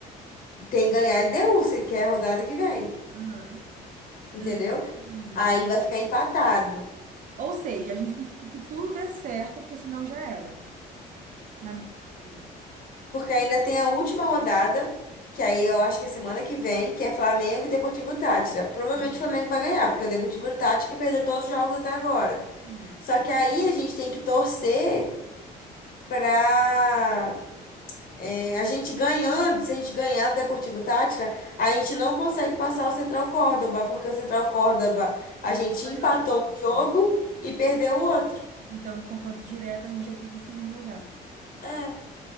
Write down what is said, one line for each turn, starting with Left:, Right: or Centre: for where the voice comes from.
Left: Tem que ganhar LDU, se quer a rodada que vem,
Right: Aham.
Left: entendeu?
Right: Ah, Hum.
Left: Aí vai ficar empatado.
Right: Ou seja, a gente precisa que tudo dê certo, porque senão já era. Na Libertadores.
Left: Porque ainda tem a última rodada, que aí eu acho que é semana que vem, que é Flamengo e Deportivo Tátira. Provavelmente
Right: Hum.
Left: o Flamengo vai ganhar, porque é o Deportivo Tátira que perdeu todos os jogos até agora.
Right: Sim.
Left: Só que aí a gente tem que torcer pra é, a gente ganhando, se a gente ganhar do Deportivo Tátira, a gente não consegue passar o Central Córdoba, porque o Central Córdoba a gente
Right: Vai
Left: empatou
Right: eu todo,
Left: um jogo
Right: né?
Left: e perdeu o outro.
Right: Então, no confronto direto, a gente já fica em segundo lugar.
Left: É.